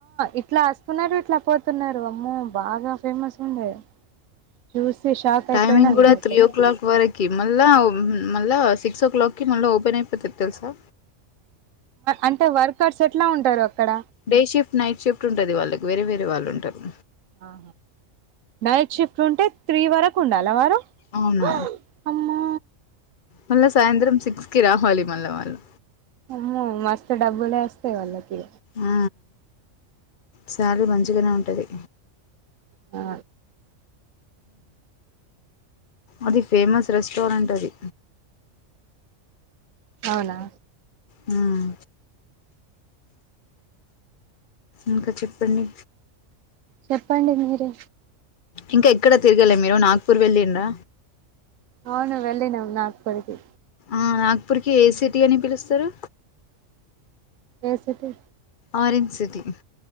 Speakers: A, on the right; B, on the left.
A: ఇట్లా వస్తున్నారు ఇట్లా పోతున్నారు అమ్మో బాగా ఫేమస్ ఉండే చూసి షాక్
B: టైమింగ్
A: అయిపోయినా
B: కూడా
A: నేనైతే
B: త్రీ ఓ క్లాక్ వరకి మళ్ళా మళ్ళ సిక్స్ ఓ క్లాక్కిి మళ్ళా ఓపెన్ అయిపోతది తెలుసా
A: అంటే వర్కర్స్ ఎట్లా ఉంటారు అక్కడ
B: బేషిఫ నైట్ షిఫ్ట్ ఉంటది వాళ్ళకు వేరేరే వాళ్ళుంటారు
A: హ నైట్ షిఫ్ట్ ఉంటే త్రీ వరకు ఉండాలా వారు
B: అవును
A: హా అమ్మా
B: మళ్ళా సాయంత్రం సిక్స్ కి రావాలి మళ్ళా వాళ్ళు
A: అమ్మో మస్తు డబ్బులే వస్తేయి వాళ్ళకి
B: ఆ శాలరీ మంచిగానే ఉంటది
A: ఆ
B: అది ఫేమస్ రెస్టారెంట్ అది
A: అవునా
B: మ్మ్ ఇంకా చెప్పండి
A: చెప్పండి మీరు
B: ఇంకా ఎక్కడ తిరగలే మీరు నాగ్పూర్ వెళ్ళిడా
A: అవును వెళ్ళినమ్ నా పురికి
B: ఆ నాగ్పూర్కి ఏ సిటీ అని పిలుస్తారు
A: ఏ సిటీ
B: ఆరెంజ్ సిటీ